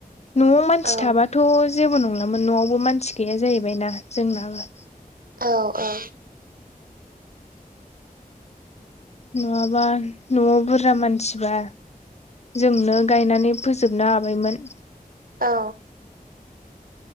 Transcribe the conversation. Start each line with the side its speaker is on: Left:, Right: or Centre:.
Left: न'आव मानसि
Right: औ
Left: थाबा थ' जेबो नंलामोन न'आवबो मानसि गैया जाहैबायना जोंनाबो
Right: औ-औ
Left: नङाबा न'आव बुरजा मानसिबा जोंनो गायनानै फोजोबनो हाबायमोन
Right: औ